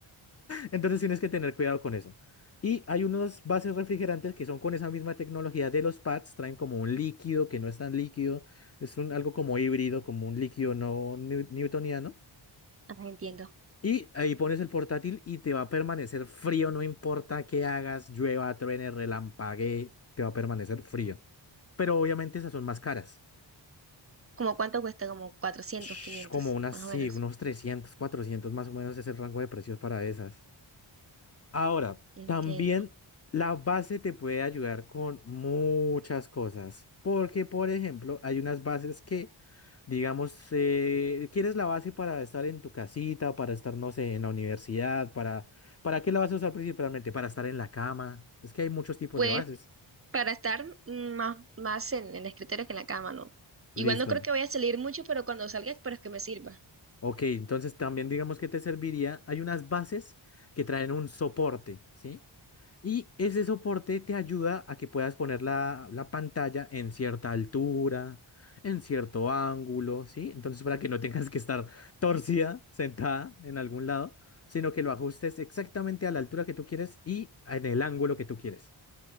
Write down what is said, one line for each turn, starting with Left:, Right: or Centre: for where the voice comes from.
Left: entonces tienes que tener cuidado con eso. Y hay unos bases refrigerantes que son con esa misma tecnología de los pads, traen como un líquido que no es tan líquido, es un, algo como híbrido, como un líquido no new- newtoniano.
Right: entiendo.
Left: Y ahí pones el portátil y te va a permanecer frío, no importa qué hagas, llueva, truene, relampaguee, te va a permanecer frío. Pero obviamente esas son más caras.
Right: ¿Como cuánto cuesta? Como 400,
Left: Shhh,
Right: 500,
Left: como unas,
Right: más
Left: sí,
Right: o menos.
Left: unos 300, 400 más o menos es el rango de precios para esas. Ahora,
Right: Entiendo.
Left: también la base te puede ayudar con muchas cosas, porque por ejemplo, hay unas bases que, digamos, eh, quieres la base para estar en tu casita, para estar, no sé, en la universidad, para, ¿para qué la vas a usar principalmente? Para estar en la cama. Es que hay muchos tipos
Right: Pues
Left: de bases.
Right: para estar mm, más, más en, en el escritorio que en la cama, ¿no? Igual
Left: Listo.
Right: no creo que vaya a salir mucho, pero cuando salga espero que me sirva.
Left: Ok, entonces también digamos que te serviría, hay unas bases que traen un soporte, ¿sí? Y ese soporte te ayuda a que puedas poner la, la pantalla en cierta altura, en cierto ángulo, ¿sí? Entonces, para que no tengas que estar torcida, sentada en algún lado, sino que lo ajustes exactamente a la altura que tú quieres y en el ángulo que tú quieres,